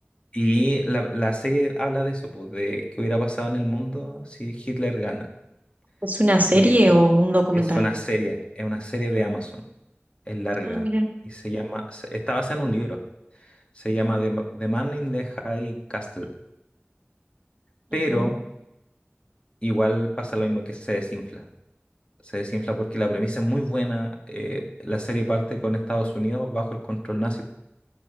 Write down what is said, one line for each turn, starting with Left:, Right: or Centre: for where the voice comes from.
Left: Y la, la serie habla de eso, pues, de qué hubiera pasado en el mundo si Hitler gana.
Right: ¿Es una serie
Left: Eh,
Right: o un documental?
Left: es una serie, es una serie de
Right: Ah,
Left: Amazon, es larga,
Right: ah, mira.
Left: y se llama, se- está basada en un libro, se
Right: Ujú,
Left: llama The, Ma- The Man in the High Castle, pero
Right: ujú.
Left: igual pasa lo mismo que se desinfla. se desinfla porque la premisa es muy buena. eh, la serie parte con Estados Unidos bajo el control nazi.